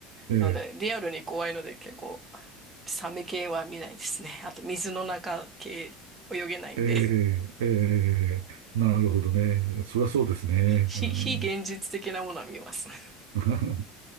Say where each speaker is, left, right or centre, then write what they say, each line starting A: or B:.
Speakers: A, on the right; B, on the right.
A: ええ、
B: なので、リアルに怖いので、結構、サメ系は見ないですね。あと、水の中系、泳げないんで。
A: ええ、ええなるほどね。そりゃそうですね。
B: 非、
A: うん
B: 非現実的なものは見ますね。
A: <laughs>